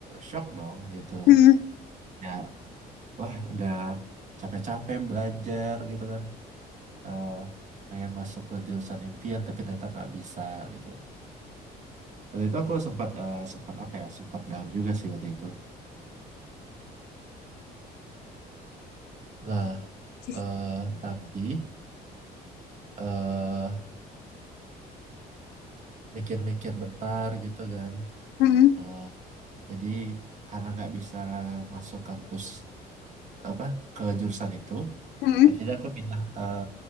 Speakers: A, on the right; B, on the left.
A: shock dong gitu.
B: hmm.
A: Ya, wah udah capek-capek belajar gitu kan. E, pengen masuk ke jurusan impian tapi ternyata nggak bisa gitu. Waktu itu aku sempat e, sempat apa ya sempat down juga sih waktu itu. Nah,
B: Yes, pasti sih.
A: eh tapi eh mikir-mikir bentar gitu kan.
B: Hmm,
A: Eh, jadi karena nggak bisa masuk kampus apa ke jurusan itu,
B: hmm.
A: akhirnya aku pindah eh,